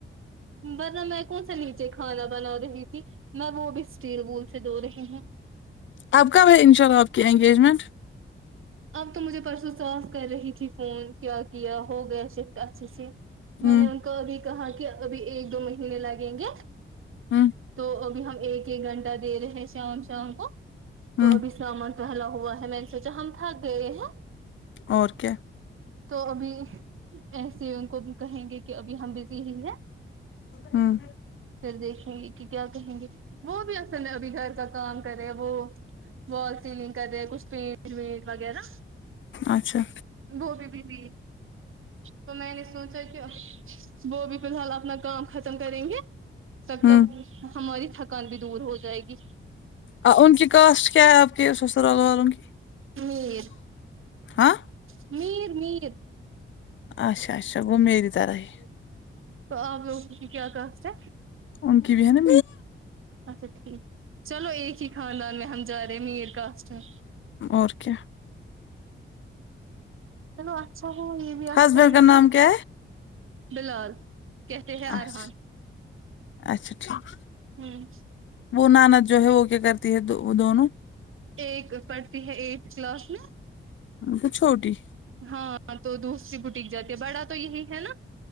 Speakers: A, on the right; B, on the left.
A: ورنہ میں کون سا نیچے کھانا بنا رہی تھی میں وہ بھی اسٹیل بول سے دھو رہی ہوں
B: اب کب ہے انشاء اللہ آپ کی انگیجمنٹ
A: اب تو مجھے پرسوں ساس کر رہی تھی فون کیا کیا ہو گیا شفٹ اچھے سے
B: ہوں
A: میں نے ان کو ابھی کہا کی ابھی ایک دو مہینے لگیں گے
B: ہوں
A: تو ابھی ہم ایک ایک گھنٹہ دے رہے ہیں شام شام کو تو
B: ہوں
A: ابھی سامن پھیلا ہوا ہے میں نے سوچا ہم تھک گئے ہیں
B: اور کیا
A: تو ابھی ایسے ان کو بھی کہیں گے کہ ابھی ہم بزی ہی ہیں
B: ہوں
A: پھر دیکھیں گے کہ کیا کہیں گے وہ بھی اصل میں ابھی گھر کا کام کرے وہ وال سیلنگ کر رہے کچھ پینٹ وینٹ وغیرہ
B: اچھا
A: وہ بھی بھی بھی تو میں نے سوچا کہ وہ بھی فی الحال اپنا کام ختم کریں گے تب
B: ہوں
A: تک ہماری تھکان بھی دور ہو جائے گی
B: آ ان کی کاسٹ کیا ہے آپ کی سسرال والوں کی
A: میر
B: ہاں
A: میر میر
B: اچھا اچھا وہ میری طرح ہے
A: تو آپ لوگوں کی کیا کاسٹ ہے
B: ان کے بھی ہے نا
A: اچھا ٹھیک چلو ایک ہی خاندان میں ہم رہے میر کاسٹ میں
B: اور کیا
A: چلو اچھا یے بھی
B: ہسبینڈ
A: اچھا ہی
B: کا نام
A: ہے
B: کیا
A: بلال کہتے ہیں ارحان
B: اچھا اچھا ٹھیک
A: ہمم
B: وہ ناند جو ہے وہ کیا کرتی ہے دونوں
A: ایک پڑھتی ہے ایٹتھ کلاس میں
B: وہ چھوٹی
A: ہاں ہاں تو دوسری بٹک جاتی ہے بڑا تو یہی ہے نا